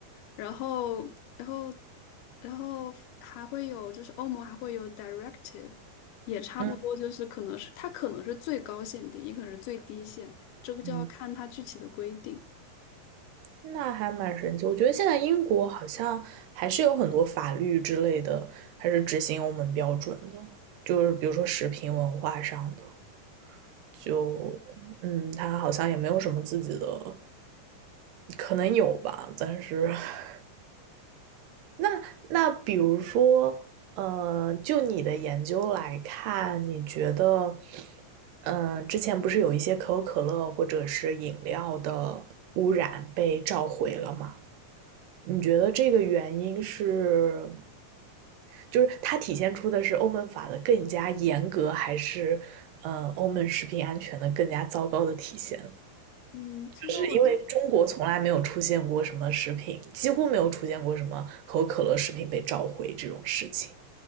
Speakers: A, on the left; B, on the right.
A: 然后，然后。然后还会有，就是欧盟还会有 directive，也差不多，
B: 嗯
A: 就是可能是它可能是最高限定，也可能是最低限，这个就要看它具体的规定。
B: 嗯，那还蛮神奇。我觉得现在英国好像还是有很多法律之类的，还是执行欧盟标准的，就是比如说食品文化上的，就嗯，它好像也没有什么自己的，可能有吧，但是 <laughs> 那那比如说，呃，就你的研究来看，你觉得，呃，之前不是有一些可口可乐或者是饮料的污染被召回了吗？你觉得这个原因是，就是它体现出的是欧盟法的更加严格，还是呃欧盟食品安全的更加糟糕的体现？
A: 嗯，其实我觉
B: 就是因为中国从来没有出现过什么食品，几乎没有出现过什么可口可乐食品被召回这种事情。